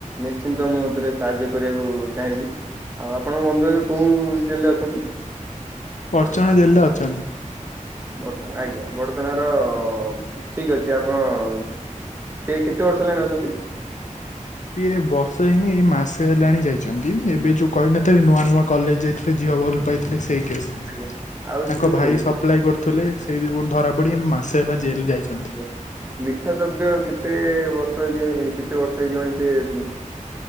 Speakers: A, on the right; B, on the left.
A: ନିଶ୍ଚିନ୍ତ ମୁଁ ଏଥିରେ ସାହାଯ୍ୟ କରିବାକୁ ଚାହିଁବି। ଆଉ ଆପଣଙ୍କ ବନ୍ଧୁ ଏବେ କୋଉ ଜେଲ୍ ରେ ଅଛନ୍ତି?
B: ବଡଚଣା ଜେଲ୍ ରେ ଅଛନ୍ତି।
A: ବଡଚଣା ଆଜ୍ଞା ବଡ ଚଣା ର ଠିକ୍ ଅଛି ଆପଣ କେ କେତେ ବର୍ଷ ହେଲାଣି ଅଛନ୍ତି?
B: ସିଏ ବର୍ଷ ହେଇନି ଏଇ ମାସ ହେଲାଣି ଯାଇଚନ୍ତି। ଏବେ ଯୋଉ କହିନଥିଲି ନୂଆ ନୂଆ କଲେଜ୍ ଯାଇଥିଲେ
A: ଆଜ୍ଞା
B: ଝିଅ ଭଲ ପାଇଥିଲେ ସେଇ କେସ୍।
A: ଆଜ୍ଞା
B: ତାଙ୍କ
A: ଆଉ ସେ ଯୋଉ
B: ଭାଇ ସ ସପ୍ଲାଏ କରୁଥିଲେ ସେଇ ଯୋଉ କୋଉଠି ଧରାପଡ଼ି ମାସେ ହେଲା ଜେଲ୍ ଯାଇଛନ୍ତି।
A: ସ୍ଵ ନିଶା ଦ୍ରବ୍ୟ କେତେ ବର୍ଷ ହେଇଯିବ କେତେ ବର୍ଷ ହେଇଯିବଣି ସିଏ।